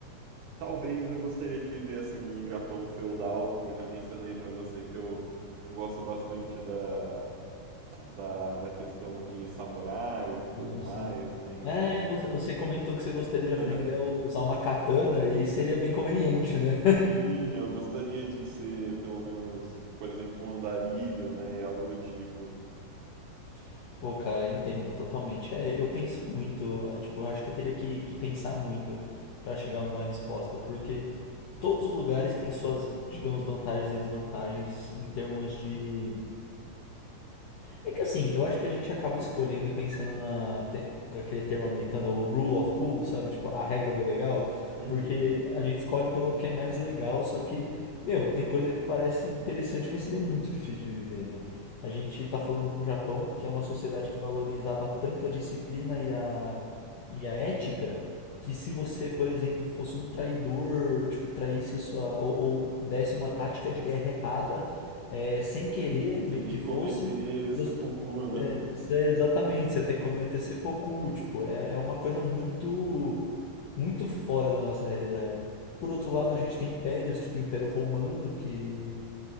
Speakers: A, on the right (about 70°); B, on the left (about 75°).
A: talvez eu gostaria de viver assim num Japão feudal, porque eu já mencionei pra você que eu, eu gosto bastante da, da da questão de samurais e tudo mais,
B: Assim.
A: né? Então
B: É, você, você comentou que você gostaria
A: <laughs>
B: de aprender a usar uma katana e seria bem conveniente, né?
A: Sim, eu gostaria de ser pelo menos, por exemplo, um andarilho, né? E algo do tipo.
B: <laughs> Pô, cara, entendo totalmente. É, eu penso muito, é, tipo, eu acho que eu teria que, que pensar muito pra chegar numa resposta, porque todos os lugares têm suas, digamos, vantagens e desvantagens em termos de É que assim, eu acho que a gente acaba escolhendo pensando na te- com aquele termo americano, o rule of cool, sabe? Tipo, a regra do legal,
A: Uhum.
B: porque a gente escolhe pelo que é mais legal, só que, meu, tem coisa que parece interessante, mas seria muito difícil de viver, né? A gente tá falando de um Japão que é uma sociedade que valorizava tanto a disciplina e a, e a ética, que se você, por exemplo, fosse um traidor, tipo, traísse a sua, ou, ou desse uma tática de guerra errada, é, sem querer
A: Você
B: me-
A: teria
B: que
A: que
B: fosse,
A: cometer seppuku, né?
B: é, é, exatamente, você ia ter que cometer seppuku, tipo, é, é uma coisa muito muito fora da nossa realidade. Por outro lado, a gente tem impérios, tipo o Império Romano, que,